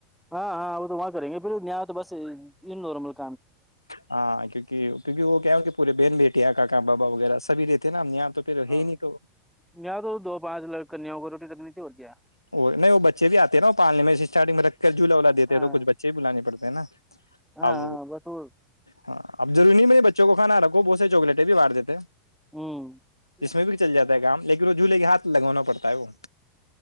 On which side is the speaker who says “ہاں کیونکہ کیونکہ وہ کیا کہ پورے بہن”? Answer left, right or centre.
Left